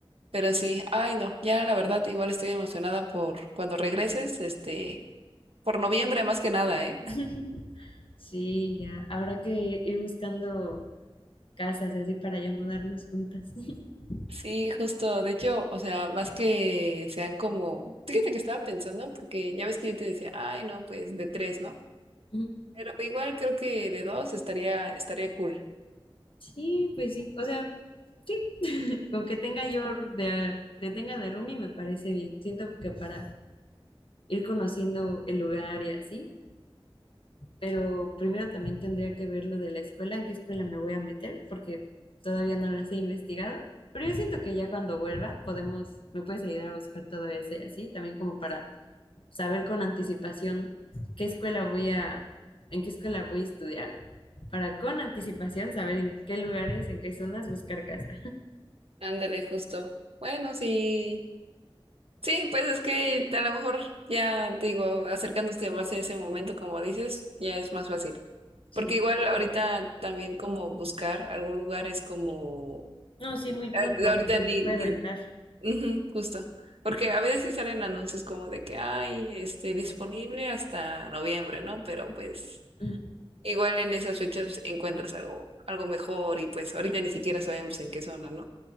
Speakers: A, on the right; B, on the left.
A: Pero sí, ay, no, ya la verdad, igual estoy emocionada por cuando regreses, este, por noviembre más que nada, ¿eh?
B: <laughs>
A: <laughs>
B: Sí, ya. Habrá que ir buscando casas y así para ya mudarnos juntas. <laughs>
A: Sí, justo. De hecho, o sea, más que sean como, fíjate que estaba pensando, porque ya ves que yo te decía, ay, no, pues de tres, ¿no?
B: Ujú.
A: Pero igual creo que de dos estaría, estaría cool.
B: Sí, pues sí. O sea, sí. Con que tenga yo de, que tenga de roomie me parece bien. Siento que para ir conociendo el lugar y así. pero primero también tendría que ver lo de la escuela, en qué escuela me voy a meter, porque todavía no las he investigado. Pero yo siento que ya cuando vuelva podemos, me puedes ayudar a buscar todo ese así, también como para saber con anticipación qué escuela voy a, en qué escuela voy a estudiar, para con anticipación saber en qué lugares, en qué zonas buscar casa.
A: Ándale, justo. Bueno, sí. Sí, pues es que a lo mejor ya te digo, acercándose más a ese momento, como dices, ya es más fácil.
B: Sí.
A: Porque igual ahorita también como buscar algún lugar es como,
B: No, sí, muy pronto,
A: eh, ahorita
B: porque
A: ni,
B: se puede
A: ni,
B: rentar.
A: ujú, justo. Porque a veces sí salen anuncios como de que hay, este, disponible hasta noviembre, ¿no? Pero pues
B: Ujú.
A: igual en esas fechas encuentras algo, algo mejor y pues ahorita ni siquiera sabemos en qué zona, ¿no?